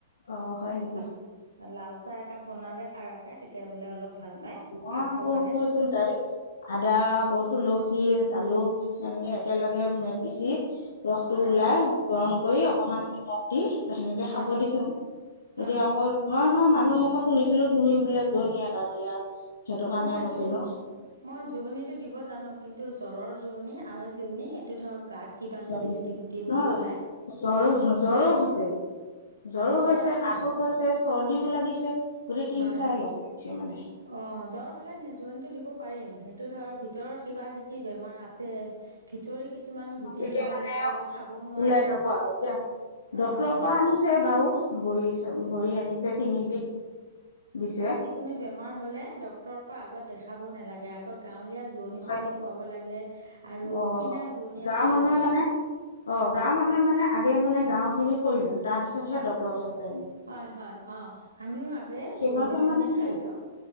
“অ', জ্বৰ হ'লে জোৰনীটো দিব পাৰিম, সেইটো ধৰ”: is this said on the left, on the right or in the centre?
Right